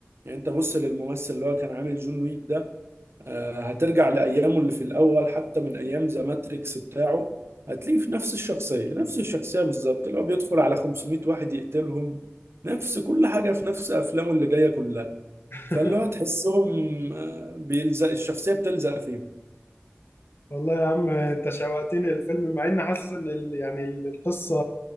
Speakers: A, on the right; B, on the left.
A: يعني أنت بص للممثل اللي هو كان عامل جون ويك ده آه، هترجع لأيامه اللي في الأول حتى من أيام ذا ماتريكس بتاعه هتلاقيه في نفس الشخصية نفس الشخصية بالظبط اللي هو بيدخل على 500 واحد يقتلهم نفس كل حاجة في نفس أفلامه اللي جاية كلها
B: <laughs>
A: فاللي هو تحسهم آه، بيلزق الشخصية بتلزق فيهم
B: والله يا عم انت شوقتني للفيلم مع اني حاسس ان ال... يعني ال- القصه